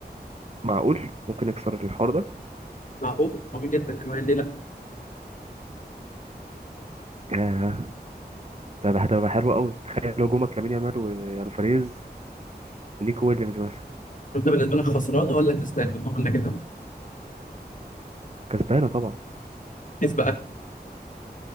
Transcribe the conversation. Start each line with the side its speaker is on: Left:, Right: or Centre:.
Right: معقول ممكن يكسر الحوار ده
Left: معقول معقول جدا كمان ليه لا
Right: ياه ده بقى- ده بقى حلو قوي تخيل لو جومك لامين يامال والفاريز ونيكو ويليامز مثلا
Left: انت بالنسبه لك خسران ولا كسبان ولا كده
Right: كسبانة طبعا
Left: كسب بقى